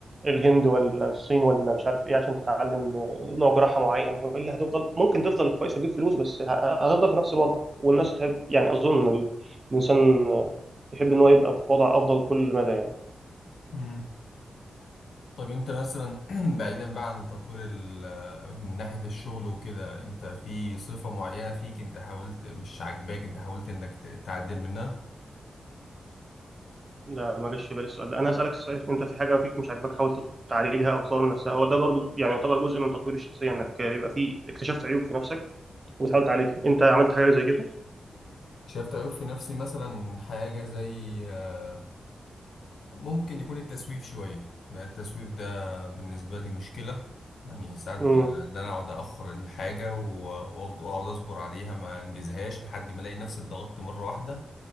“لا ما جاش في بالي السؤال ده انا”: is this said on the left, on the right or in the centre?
Right